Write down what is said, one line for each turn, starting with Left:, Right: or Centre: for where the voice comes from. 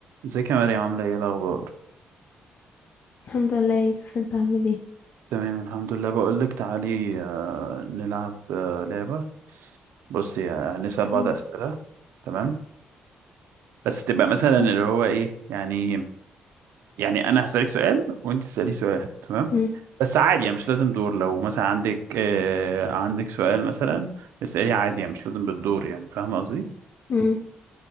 Right: ازيك يا مريم عاملة ايه الأخبار؟
Left: الحمد لله يا يوسف انت عامل ايه
Right: تمام الحمد لله بقولك تعالي آه، نلعب آه، لعبة بصي آه، هنسأل بعض
Left: مم.
Right: أسئلة تمام بس تبقى مثلا
Left: ها
Right: اللي هو ايه يعني يعني أنا هسألك سؤال وأنت تسألي سؤال تمام
Left: مم.
Right: بس عادي يعني مش لازم دور لو مثلا عندك آه عندك سؤال مثلا اسألي عادي يعني مش لازم بالدور يعني فاهمة قصدي؟
Left: مم.